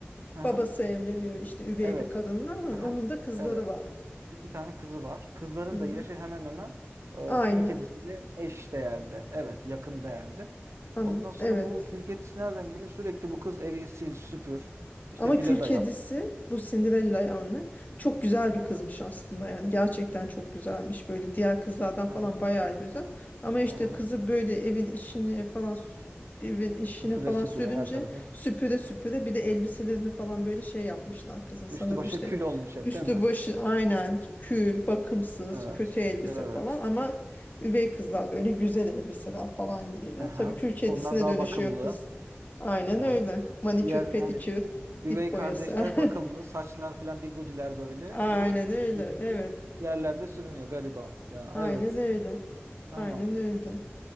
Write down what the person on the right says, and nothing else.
Hı
hı.
Evet.
Hı hı.
Evet.
İki tane kızı var. Kızların
da
yaşı hemen hemen e,
kül kedisiyle eş değerde. Evet, yakın değerde.
Ondan sonra
bu kül kedisi nereden geliyor? Sürekli bu kız evi sil, süpür. İşte
villada
yap.
Hı hı.
Hı
hı.
Hı hı.
Süpüre
süpüre
her tarafı.
Üstü başı
kül olmuş hep
değil mi?
Evet.
Evet.
Aha.
Onlar daha
bakımlı.
Ha.
Diğer
yani üvey
kardeşler bakımlı.
Saçlar filan bigudiler böyle.
Bu
bizimki
yerlerde sürünüyor gariban. Ya
evet.
Tamam.